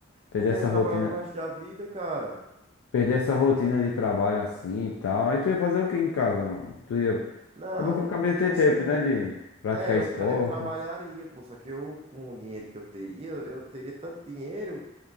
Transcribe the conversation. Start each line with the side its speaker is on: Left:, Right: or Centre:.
Left: perder
Right: Vai querer
Left: essa
Right: trabalhar
Left: rotina,
Right: pro resto da vida, cara.
Left: perder essa rotina de trabalho assim e tal. Aí tu ia fazer o que em casa, mano? Tu ia.
Right: Não,
Left: É porque eu acabei
Right: vo-
Left: de
Right: você
Left: ter tempo,
Right: não.
Left: né? De praticar
Right: É, eu,
Left: esporte.
Right: tra- eu trabalharia, pô, só que eu, com o dinheiro que eu teria, eu eu teria tanto dinheiro